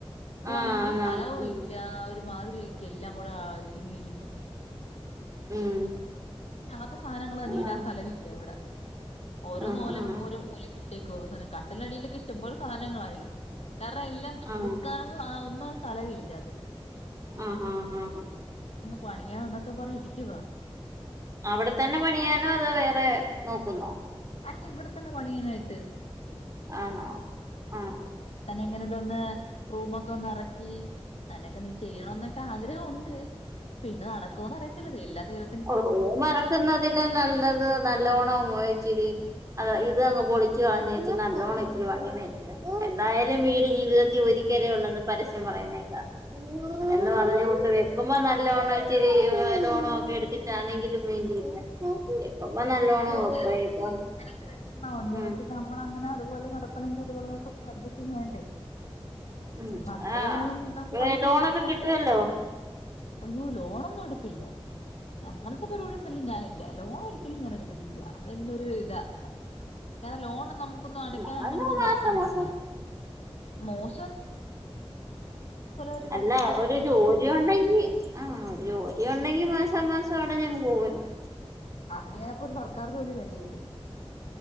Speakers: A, on the left; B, on the right.
A: ഇവിടൊണെങ്കി
B: ആ ആന്നാന്ന്
A: സ്ഥലവും
B: ഉം
A: ഇല്ല ഒരുമാതിരി ഇരിക്കാ എല്ലാം കൂടെ ഇടുങ്ങി ഇടുങ്ങി
B: ഉം
A: പിന്നെ അങ്ങത്തെ സാധനങ്ങൾ തന്നെ
B: ആ
A: ഇടൻ സ്ഥലവില്ല ഇവിടെ ഓരോ
B: ആ ആ
A: നോല ഓരോ മൂലക്കിട്ടേക്കുവാ അവാസാനം കട്ടിനടിയിലൊക്കെ ഇഷ്ടംപോലെ സാധനങ്ങളായി കാരണം എല്ലാം
B: ആ
A: നിൽക്കാനൊന്നും ഒന്നാതെ സ്ഥലവില്ല
B: ആഹ് ഹാഹാ
A: പണിയാ ന്നൊക്കെ പറഞ്ഞിരിക്കുവ
B: അവിടെ തന്നെ പണിയാണോ അതൊ വേറെ നോക്കുന്നോ
A: അല്ല ഇവിടെത്തന്നെ പണിയാനായിട്ട്
B: ആണോ. ആഹ്
A: എങ്ങനെലൊന്ന് റൂമൊക്കെ ഒന്നിറക്കി അങ്ങനൊക്കെ ഒന്ന് ചെയ്യണോന്നൊക്കെ ആഗ്രഹോണ്ട്... പിന്നെ നടക്കുവോന്ന് അറിയത്തില്ല. എല്ലാ ദൈവ
B: ഓ റൂം എറക്കുന്നതിലും നല്ലത് നല്ലോണം വെ ഇച്ചിരി അതെ ഇതങ്ങ് പൊളിച്ച് കളഞ്ഞേച്ച് നല്ലോണം ഇച്ചിരി പണിയുന്ന എന്തായാലും വീ ട് ജീതത്തിൽ ഒരിക്കലെ ഉള്ളെന്ന് പരസ്യം പറയുന്നേക്കാം എന്ന്‌ പറഞ്ഞകൂട്ട് വെക്കുമ്പോ നല്ല ല്ലോണച്ചിരി ലോണോ ഒക്കെ എടുത്തിട്ട് ആണെങ്കിലും വേണ്ടിയില്ല... വെക്കുമ്പോ നല്ലോണം
A: അത്
B: വെക്കുവ
A: ഇത്
B: ഇപ്പൊ
A: അങ്ങനൊക്കെ നിക്കുന്നെ ഒന്ന്
B: ഉം
A: പക്ഷെ നമ്മളങ്ങനെ അതുപോലെ നട <unintelligible>
B: ഉം
A: അത്രയൊന്നും
B: ആഹ്
A: നമുക്ക്
B: ഇപ്പ
A: പൈസ
B: ലോണൊക്കെ
A: ഇല്ലാത്തതോണ്ട്.
B: കിട്ടുവല്ലോ
A: അയ്യോ ലോണൊന്നും എടുപ്പില്ല അങ്ങനത്തെ
B: ഉം
A: പരിപാടിയൊന്നിലും ഞാനി ലോണ് ഒരിക്കലും ഞാൻ എടുക്കത്തില്ല അതെന്റൊരു ഇതാ കാരണം ലോൺ നമുക്കൊന്നും അടക്കാൻ
B: ഉം
A: അങ്ങനൊന്നും
B: മാസം
A: പറ്റത്തൊന്നുംല്ല.
B: മാസം
A: മോഷ് ഒരു
B: അല്ല
A: വരുമാനം
B: ഒരു
A: വേണം.
B: ജോലി ഉണ്ടെങ്കി ആഹ് ഒരു ജോലി ഉണ്ടെങ്കി മാസാമാസം അടഞ്ഞങ്ങ് പോകുവല്ലോ
A: അതിനയപ്പൊ സർക്കാർ ജോലി വേണ്ടി വെരും